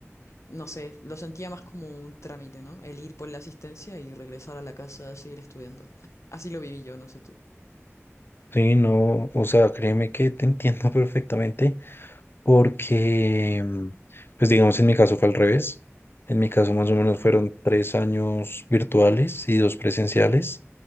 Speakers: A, on the left; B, on the left.
A: no sé, lo sentía más como un trámite, ¿no? El ir por la asistencia y regresar a la casa a seguir estudiando. Así lo viví yo, no sé tú.
B: Sí, no, o sea, créeme que te entiendo <laughs> perfectamente porque, mm, pues digamos, en mi caso fue al revés. En mi caso más o menos fueron tres años virtuales y dos presenciales.